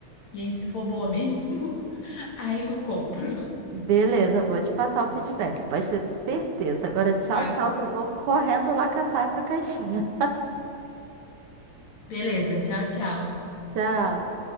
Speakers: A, on the left; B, on the right.
A: E aí, se for boa mesmo, <laughs> aí eu compro.
B: Beleza, vou te passar o feedback, pode ter certeza. Agora, tchau,
A: Passa
B: tchau,
A: assim.
B: que eu vou correndo lá caçar essa caixinha.
A: Beleza, tchau, tchau.
B: <laughs> Tchau.